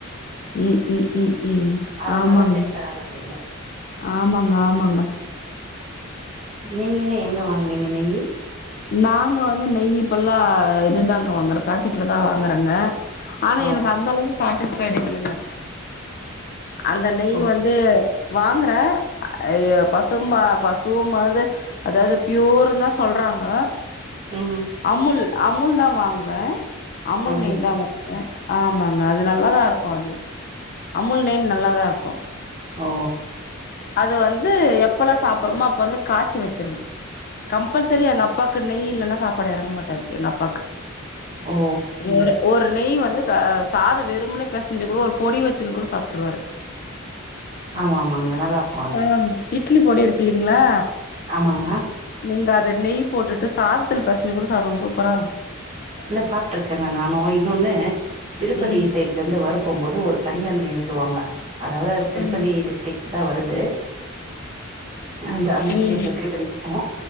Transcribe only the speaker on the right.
அதனால
செட் ஆகறதில்ல
நீங்கங்க எங்கே வாங்குவிங்க நெய்யி
ஓ
ஓ
ம்
அப்டிங்களா
ஓ
ஓ
ஆமா ஆமாங்க நல்லா இருக்
ஆமாங்க
இல்ல சாப்பிட்டு இருக்கேங்க நானு இன்னொன்னு திருப்பதி
சைட் எங்ககூட வற போ போது ஒரு கணியாணை நிறுத்துவாங்க அதாவது அது திருப்பதி
டிஸ்டரிக் தா வருது அந்த அந்த
ஸ்ட்ரீட் ல திரி பக்கோ